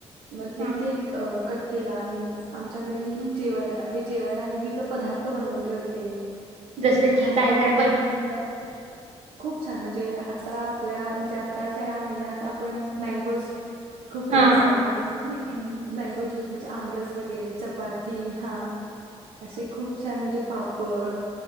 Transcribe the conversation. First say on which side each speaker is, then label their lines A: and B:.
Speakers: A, on the right (about 85°); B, on the right (about 65°).
A: मग ज
B: हा
A: अ कट केला आम्ही आमच्या घरी
B: हा.
A: जेवायला जेवायला विविध पदार्थ बनवले होते.
B: जसं कि
A: माझी
B: काय
A: मम्मी
B: काय
A: मला
B: बनवत.
A: खूप छान म्हणजे आता आपल्या म्हणजे आत्ताच्या या महिन्यात आपण मँगोज खूप फेमस
B: हा
A: आहेत आपण
B: हम्म.
A: मँगो ज्यूस म्हणजे आमरस वगैरे चपाती हा असे खूप छान म्हणजे पापड